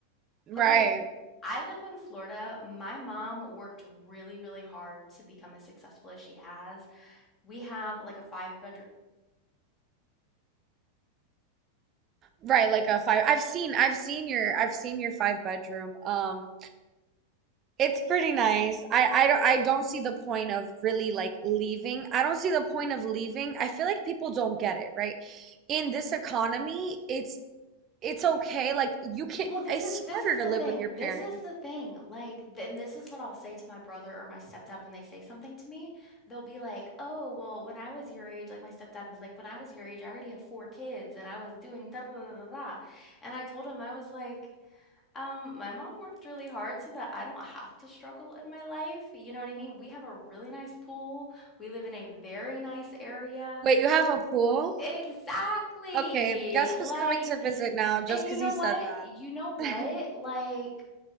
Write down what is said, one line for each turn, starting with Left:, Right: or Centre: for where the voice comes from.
Right: Right,
Left: Okay, I live in Florida. My mom worked really, really hard to become as successful as she has. We have like a five bedroom
Right: right. Like a five. I've seen, I've seen your, I've seen your five bedroom. Um, It's pretty nice. I I don't I don't see the point of really like leaving. I don't see the point of leaving. I feel like people don't get it, right? In this economy, it's it's okay. Like you can
Left: Well, this
Right: it's
Left: is
Right: smarter
Left: this is
Right: to
Left: the
Right: live
Left: thing.
Right: with your parents.
Left: This is the thing. Like, th- and this is what I'll say to my brother or my stepdad when they say something to me. They'll be like, "Oh, well, when I was your age, like my stepdad was like, when I was your age, I already had four kids and I was doing da da da da da." And I told him I was like, um, my mom worked really hard so that I don't have to struggle in my life. You know what I mean? We have a really nice pool. We live in a very nice area.
Right: Wait, you have a pool?
Left: Exactly.
Right: Okay, guess
Left: Like
Right: who's coming to visit now just
Left: and you
Right: 'cause
Left: know
Right: he said
Left: what?
Right: that.
Left: You know what?
Right: <laughs>
Left: Like